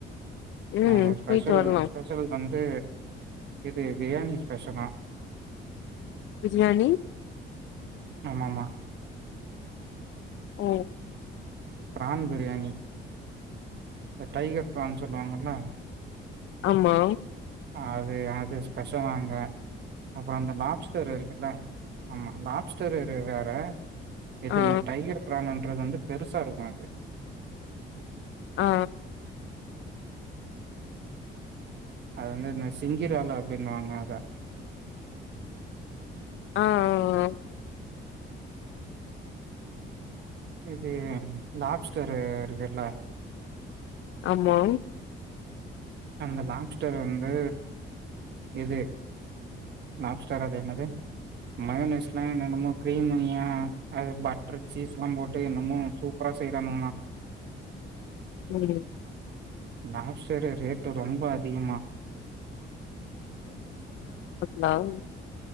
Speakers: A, on the left; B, on the right.
A: ம்
B: ஆங்க ஸ்பெஷல்
A: போயிட்டு வரலா
B: வ ஸ்பெஷல் வந்து இது பிரியாணி ஸ்பெஷலா <inaudible>
A: பிரியாணி
B: ஆமாமா
A: ஆ
B: பிரான் பிரியாணி இ டைகர் பிரான் சொல்லுவாங்கள்ல
A: அமா
B: அது அது ஸ்பெஷலா இங்க அப்புறோ அந்த லாப்ஸ்டர் இருக்குல்ல ஆமா லாப்ஸ்டர் ரு வேற இது
A: ஆ
B: இந்த டைகர் பிரான் என்றது வந்து பெருசா இருக்கு அப்டி
A: ஆ
B: அது வந்து இந்த சிங்கிரால அப்டின் வாங்க அதா
A: ஆ ஆ ஆ
B: இது லாப்ஸ்டரு இருக்குல்ல
A: ஆமா
B: அந்த லாப்ஸ்டர் வந்து இது லாப்ஸ்டார் அது என்னது மயோனைஸ்லா என்னென்னமோக் கிரீம்முயா அது பட்டர் சீஸ்லாம் போட்டு என்னமோ சூப்பரா செய்ரானுங்களா
A: ம்
B: லாப்ஸ்டரு ரேட்டு ரொம்ப அதிகமா
A: நாங்